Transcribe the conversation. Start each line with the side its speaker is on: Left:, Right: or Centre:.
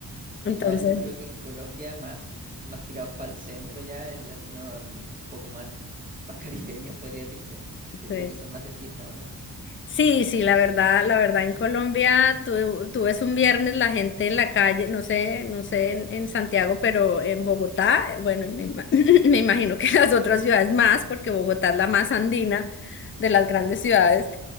Left: Entonces,
Right: igual yo creo que en Colombia más, más tirados para el centro ya, el latino mm, un poco más, más caribeño podría decirse. Yo
Left: sí.
Right: creo que son más de fiesta, ¿o no?
Left: Sí, sí, la verdad, la verdad en Colombia, tú, tú ves un viernes la gente en la calle, no sé, no sé en, en Santiago, pero en Bogotá, bueno, y me, ima- <laughs> <clears throat> me imagino que las otras ciudades más, porque Bogotá es la más andina de las grandes ciudades,